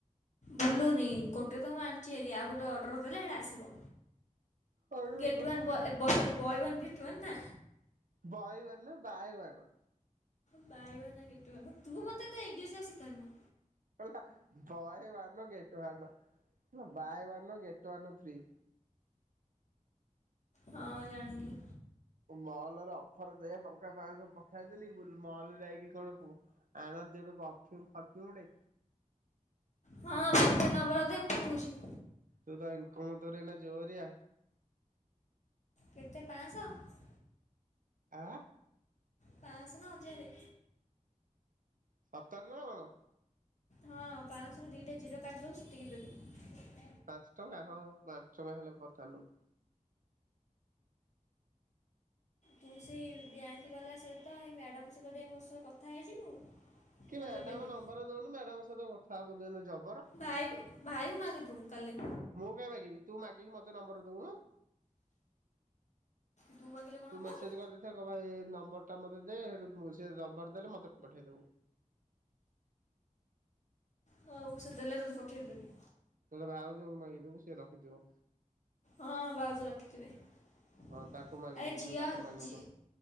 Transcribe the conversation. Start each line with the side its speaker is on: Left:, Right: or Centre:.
Left: ଭୁଲୁନି ଗୋଟେ ତ ମୁଁ ଆଣିଛି ହାରି ଆଉ ଗୋଟେ ଅର୍ଟର କଲେ ସେଟା ଆସିବ।
Right: ଆରେ
Left: ଗେଟ
Right: ଓହୋ
Left: one boy sorry ବୟନ୍ gate one ନା?
Right: ବୟୱାନ ନା ବାଏୱାନ।
Left: ବାୟୱାନ ଗେଟୱାନ ତୁ ମତେ ଏତେ ଇଂଲିଶ ଆଉ ସିକାନି।
Right: କହିଲା ବୟୱାନ ଗେଟୱାନ। ବାୟ ୱାନ୍ ଗେଟ ୱାନ୍ ଫ୍ରୀ।
Left: ହଁ ଜାଣିଲି।
Right: ମହଲରେ ଅଫର ଦେ ଟଙ୍କା ପାଇବୁ। ପ ଖାଇଦେଲି ବୁଲ ମଲ ଯାଇକି କଣ ଆଣନ୍ତି ଗୋଟେ ପରଫିଉମ ଫରଫିଉମ ଟେ। ହ
Left: ହଁ ଫୋନ୍ ପେ ନମ୍ବର ଦେ ପଠଉଛି।
Right: ତୁ ତ ଇନକମ ତୋର ଏଇନା ଜୋରିଆ।
Left: କେତେ ପାଆଁଶହ।
Right: ଆ।
Left: ପାଆଁସ ନା ହଜାରେ।
Right: ସତରେ ନା କଣ?
Left: ହଁ ପାଆଁଶହ ର ଦିଟା ଜିରୋ କାଟିଦବୁ ସେତିକି ଦେବି।
Right: ପାଞ୍ଚ ଟଙ୍କା ହ ପାଞ୍ଚ ଟଙ୍କା ହେଲେ ପଠାନୁ।
Left: ତୁ ସେଇ ବ୍ୟାଙ୍କ ବାଲା ସହିତ ଏଇ ମ୍ୟାଡ଼ ସହିତ ଟିକେ ମୋ ସହ କଥା ହେଇଯିବୁ। ମୁଁ
Right: କି
Left: ତୋତେ
Right: ମ୍ୟାଡାମ
Left: ଦେବି
Right: ନମ୍ବର ଦଉନୁ ମ୍ୟାଡାମ ସହିତ କଥା ହବ କିଏ? ଜ
Left: ଭାଇକୁ ଭାଇକୁ ମାଗି ଦବୁ କାଲି।
Right: ମୁଁ କାଇଁ ମାଗିବି ତୁ ମାଗିକି ମତେ ନମ୍ବର ଦଉନୁ।
Left: ତୁ ମାଗିଲେ କ'ଣ
Right: ତୁ
Left: ହେବ
Right: ମେସେଜ
Left: କି
Right: କରିଦେଇଥା କ ଭାଇ ଏ ନମ୍ବର ର ଟା ମତେ ଦେ ହେଠୁ ସେ ରବର ଦେଲେ ମତେ ପଠେଇଦବୁ।
Left: ହଉ ସେ ଦେଲେ ତତେ ପଠେଇଦେବି।
Right: ନହେଲେ ଭାଉଜକୁ ମାଗିଦବୁ ସିଏ ରଖିଥିବ।
Left: ହଁ ଭାଉଜ ରଖିଥିବେ। ଆରେ
Right: ହଁ ତାକୁ ମାଗିଦବୁ
Left: ଝିଅ
Right: ତାକୁ ମାଗିବୁ
Left: ଝି